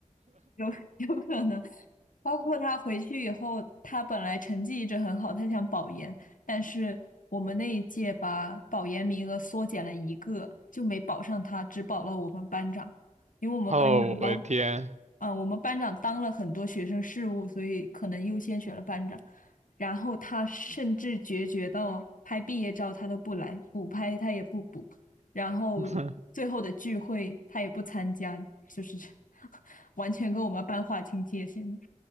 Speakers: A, on the left; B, on the right.
A: 有有可能。包括他回去以后，他本来成绩一直很好，他想保研，但是我们那一届把保研名额缩减了一个，就没保上他，只保了我们班长，因为我们班长有，
B: 哦，我的天，
A: 啊、我们班长当了很多学生事务，所以可能优先选了班长。然后他甚至决绝到拍毕业照他都不来，补拍他也不补，然后最后的聚会他也不参加，
B: <laughs>
A: 就是这 <laughs> 完全跟我们班划清界限。